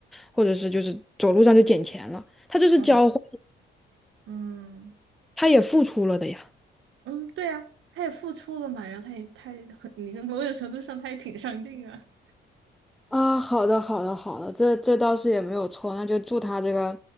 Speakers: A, in the centre; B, on the right.
A: 或者是就是走路上就捡钱了，他这是交换，
B: 嗯。嗯
A: 他也付出了的呀。
B: 嗯，对呀，他也付出了嘛，然后他也他也很，你看某种程度上他也挺上进啊。
A: 啊，好的，好的，好的，这这倒是也没有错，那就祝他这个